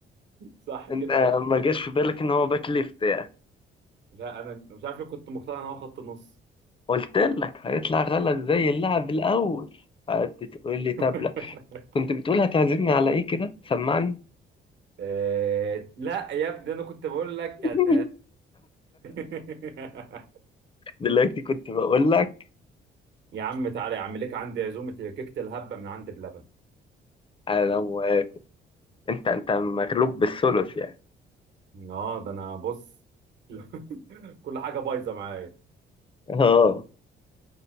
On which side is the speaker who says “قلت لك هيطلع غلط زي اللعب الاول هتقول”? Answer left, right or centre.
Left